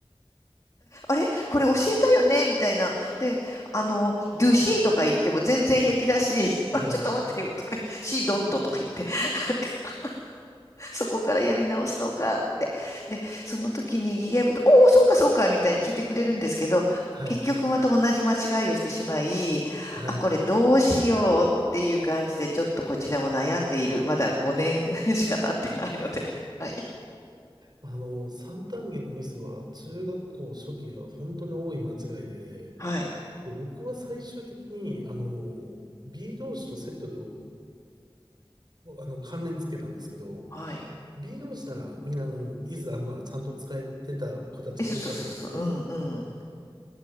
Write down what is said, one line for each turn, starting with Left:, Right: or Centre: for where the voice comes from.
Left: あれこれ教えたよねみたいな。で、あの、do she
Right: ありますね。
Left: とか言っても全然平気だし、<laughs> あ、
Right: はい、
Left: ちょっと待ってよとか言って、she don't とか言って、<laughs> そこからやり直すのかって。で、その時にギガ部と、おお、そうかそうかみたいに聞いてくれるんですけど、
Right: はい、
Left: 結局また同じ間違いをしてしまい、
Right: はい。
Left: あ、これどうしようっていう感じで、ちょっとこちらも悩んでいる。まだ5年 <laughs> しか経ってないので。<laughs> はい。
Right: あの、三単元のミスは中学校初期では本当に多い間違いで、
Left: はい。
Right: で、僕は最終的に、あの、B 同士とセットで、あの、関連付けたんですけど、
Left: はい。
Right: B 同士ならみんなあの、イズアムはちゃんと使えてた子たちが多かったので、
Left: え、そうそうそうそう。うんうん。